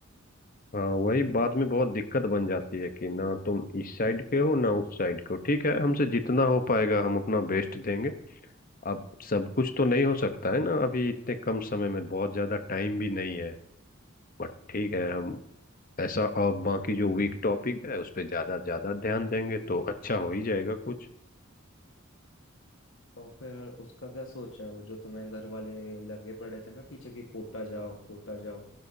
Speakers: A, on the left (about 45°); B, on the left (about 65°).
A: हाँ वही बाद में बहुत दिक्कत बन जाती है कि ना तुम इस साइड के हो ना उस साइड के हो ठीक है हमसे जितना हो पाएगा हम अपना बेस्ट देंगे अब सब कुछ तो नहीं हो सकता है ना अभी इतने कम समय में बहुत ज्यादा टाइम भी नहीं है बट ठीक है हम ऐसा अब बाकी जो वीक टॉपिक है उस पे ज्यादा ज्यादा ध्यान देंगे तो अच्छा हो ही जाएगा कुछ
B: और फिर उसका क्या सोचा है वो जो तुम्हें घर वाले लगे पड़े थे ना पीछे कि कोटा जाओ कोटा जाओ